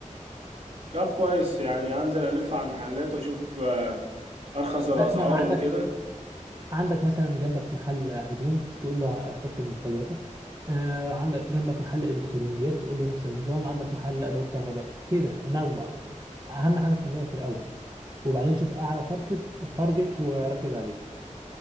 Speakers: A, on the right; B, on the right.
A: طب كويس يعني هنزل الف على المحلات واشوف آه، ارخص الاسعار
B: آه، ما عندك
A: وكده
B: عندك مثلا جنبك محل هدوم تقول له حط منتجاتك آه عندك جنبك محل الكترونيات تقول له نفس النظام عندك محل ادوات كهربائيه كده نوع اهم حاجه التنويع في الاول وبعدين شوف اعلى تارجت تارجت وركز عليه